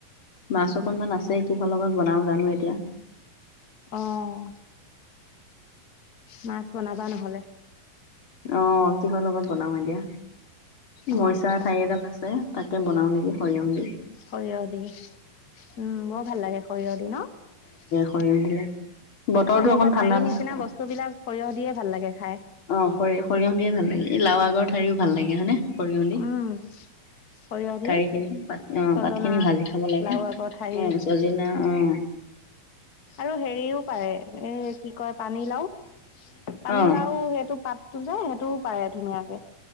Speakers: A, on the left (about 35°); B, on the left (about 75°).
A: মাছ অকণমান আছে কিহৰ লগত বনাওঁ জানো এতিয়া
B: আহ মাছ বনাবা নহলে
A: অ কিহৰ লগত বনাও এতিয়া মৰিচা
B: অ',
A: ঠাই এডাল আছে তাকে বনাওঁ নেকি সৰিয়হ দি
B: সৰিয়হ দি উম বৰ ভাল লাগে সৰিয়হ দি ন
A: হয় সৰিয়হ দিলে বতৰটো
B: অ এনেকুৱা
A: অকণ
B: ঠাৰি
A: ঠাণ্ডা নহয়
B: নিচিনা বস্তু বিলাক সৰিয়হ দিয়ে ভাল লাগে খাই
A: অ সৰি সৰিয়হ দিয়ে ভাল এই লাৱ আকৰ ঠাৰিও ভাল লাগে হয়নে সৰিয়হ দি
B: উম, সৰিয়হ দি
A: কাৰীখিনি পাত অঁ
B: ছজনা
A: পাতখিনি ভাজি খাব লাগে
B: লাও আগৰ ঠাৰি
A: অঁ চজিনা অঁ
B: আৰু হেৰিও পাৰে এ কি কয় পানী লাও পানীলাও
A: অ
B: সেইটো পাত তটো যে সেইটোও পাৰে ধুনীয়াকে